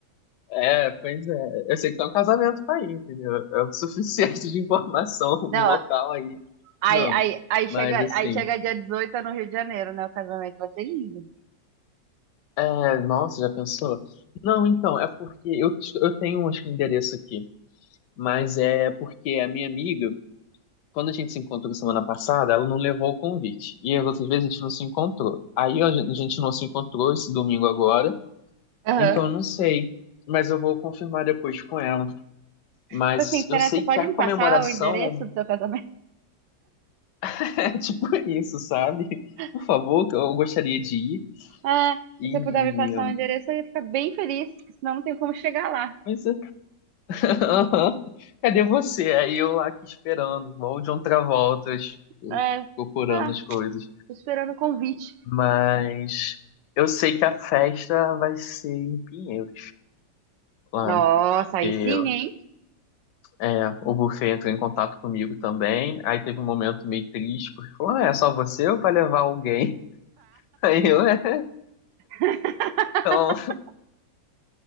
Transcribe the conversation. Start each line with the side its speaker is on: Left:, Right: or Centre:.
Left: É, pois é. Eu sei que tem um casamento pra ir, entendeu? É o <laughs> suficiente de informação, <laughs> o
Right: Não,
Left: local
Right: ó,
Left: aí.
Right: aí,
Left: Não,
Right: aí, aí,
Left: mas
Right: chega,
Left: assim.
Right: aí chega dia 18 no Rio de Janeiro, né? O casamento vai ser lindo.
Left: É, nossa, já pensou? Não, então, é porque eu, eu tenho acho que um endereço aqui, mas é porque a minha amiga. quando a gente se encontrou semana passada, ela não levou o convite. E as outras vezes a gente não se encontrou. Aí a gente não se encontrou esse domingo agora,
Right: Aham.
Left: então eu não sei. Mas eu vou confirmar depois com ela. Mas
Right: Tipo assim, será
Left: eu sei
Right: que você pode
Left: que a
Right: me
Left: comemoração
Right: passar o endereço do seu casamento?
Left: <laughs> é tipo isso, sabe?
Right: <laughs>
Left: Por favor, eu gostaria de ir.
Right: Ah,
Left: E.
Right: se você puder me passar o endereço, eu ia ficar bem feliz, porque senão não tem como chegar lá.
Left: Mas, <laughs> cadê você? Aí eu lá aqui esperando, igual o John Travolta,
Right: É.
Left: procurando
Right: Ah,
Left: as coisas.
Right: tô esperando o convite.
Left: Mas eu sei que a festa vai ser em Pinheiros, lá.
Right: Nossa, aí
Left: Porque eu-
Right: sim, hein?
Left: é, o buffet entrou em contato comigo também. Aí teve um momento meio triste, porque falou: ah, é só você ou vai levar alguém? <laughs> Aí eu, é,
Right: <laughs>
Left: então,